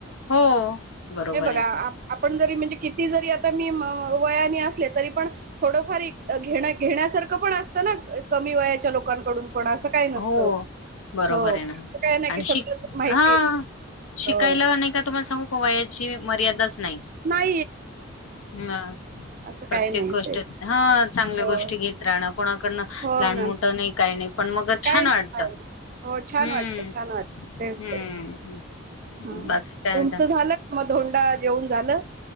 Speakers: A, on the left; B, on the right.
A: हो बरोबर
B: हे बघा
A: आहे
B: आपण जरी म्हणजे किती जरी आता वयाने तरी पण थोडंफार घेण घेण्यासारखं पण असतं ना. कमी वयाच्या लोकांकडून पण असं काही नसतं.
A: हो बरोबर
B: हो. असं
A: आहे ना
B: काही नाही की
A: आणि
B: सगळंच
A: शी
B: माहिती
A: हा शिकायला
B: होय.
A: नाही का तुम्हाला सांगू वयाची मर्यादाच नाही.
B: नाही
A: मा
B: असं
A: प्रत्येक
B: काही नाही
A: गोष्ट
B: तेच.
A: हा चांगल्या
B: हो.
A: गोष्टी घेत राहणं कोणाकडनं
B: हो
A: लहान
B: ना.
A: मोठं नाही काही नाही. पण मग छान
B: काय
A: वाटतं.
B: हो छान
A: हम्म
B: वाटत. छान वाटत. तेच
A: हम्म
B: ते. ह
A: बाकी काय
B: तुमचं
A: म्हणता?
B: झालं? मग धोंडा जेऊन झालं.